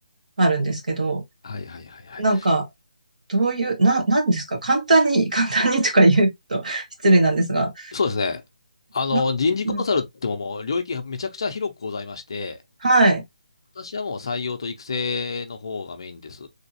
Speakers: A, on the right; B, on the left.
A: あるんですけど、
B: <laughs> はいはいはいはい。
A: なんか、どういう、な、なんですか簡単に、<laughs> 簡単にとか言うと <laughs> 失礼なんですが、
B: そうですね。あの、
A: な、
B: 人事コンサルってももう領域がめちゃくちゃ広くございまして、
A: うん、はい。
B: 私はもう採用と育成の方がメインです。